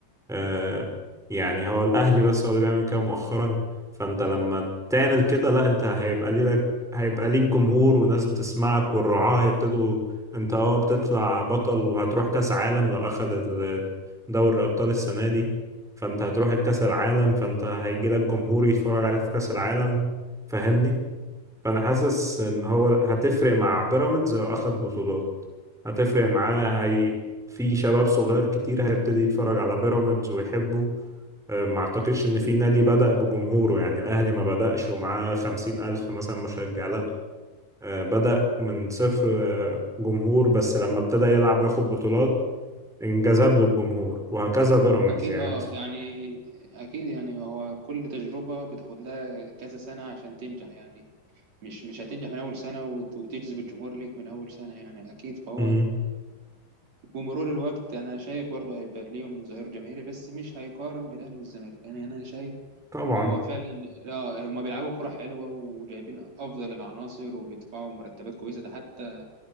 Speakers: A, in the centre; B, on the right.
A: آه، يعني هو الاهلي بس هو اللي بيعمل كده مؤخرا فانت لما تعمل كده لا انت هيبقى ليك هيبقى ليك جمهور وناس بتسمعك والرعاة هيبتدوا انت اه بتطلع بطل وهتروح كاس عالم لو اخد ال- دوري الابطال السنه دي فانت هتروح الكاس العالم فانت هيجي لك جمهور يتفرج عليك في كاس العالم فاهمني فانا حاسس ان هو هتفرق مع بيراميدز لو اخد بطولات هتفرق معاه هي في شباب صغير كتير هيبتدي يتفرج على بيراميدز ويحبه أه، ما اعتقدش ان في نادي بدأ بجمهوره يعني الاهلي ما بدأش ومعاه خمسين الف مثلا مشجع لا أه، بدأ من صفر أه، جمهور بس لما ابتدى يلعب وياخد بطولات انجذب له الجمهور وهكذا بيراميدز
B: اكيد
A: يعني
B: اه
A: انت
B: يعني اكيد يعني هو كل تجربه بتاخد لها كذا سنه عشان تنجح يعني مش مش هتنجح من اول سنه وت- وتجذب الجمهور ليك من اول سنه يعني اكيد فهو
A: مم.
B: بمرور الوقت انا شايف برضه هيبقى ليهم ظهير جماهيري بس مش هيقارن بالاهلي والزمالك يعني انا شايف
A: طبعا
B: هو فعلا اه هم بيلعبوا كرة حلوة وجايبين افضل العناصر وبيدفعوا مرتبات كويسة ده حتى